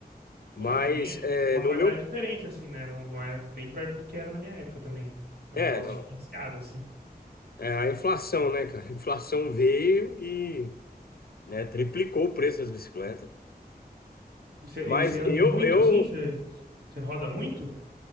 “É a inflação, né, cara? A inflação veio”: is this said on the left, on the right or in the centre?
Left